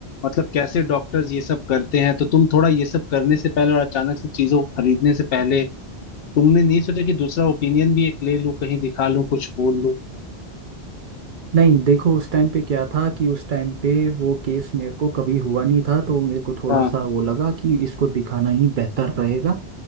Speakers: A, on the left; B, on the right.
A: मतलब कैसे डॉक्टर्स ये सब करते हैं तो तुम थोड़ा ये सब करने से पहले और अचानक से चीजों को खरीदने से पहले तुमने नहीं सोचा कि दूसरा ओपिनियन भी एक ले लूं कहीं दिखा लूं कुछ बोल लूं
B: नहीं देखो उस टाइम पे क्या था कि उस टाइम पे वो केस मेरे को कभी हुआ नहीं था तो मेरे को थोड़ा
A: हाँ
B: सा वो लगा कि इसको दिखाना ही बेहतर रहेगा